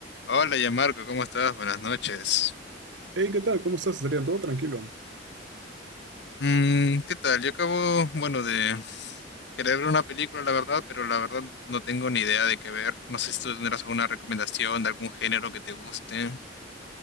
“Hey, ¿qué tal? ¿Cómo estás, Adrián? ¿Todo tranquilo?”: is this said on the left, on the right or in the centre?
Right